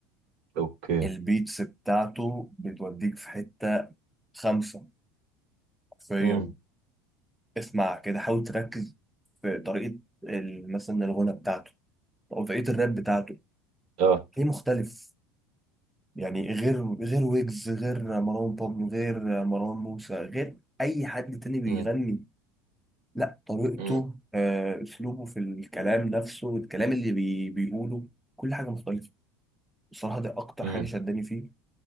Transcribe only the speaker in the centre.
البيتس بتاعته بتوديك في حتة خمسة حرفيا
اسمع كده حاول تركز في طريقة ال- مثلا الغنى بتاعته أو طريقة الراب بتاعته
ليه مختلف يعني غير غير ويجز غير مروان بابلو غير مروان موسى غير أي حد تاني بيغني
لا طريقته
آه، أسلوبه في الكلام نفسه الكلام اللي بي بيقوله كل حاجة مختلفة بصراحة ده أكتر
حاجة شداني فيه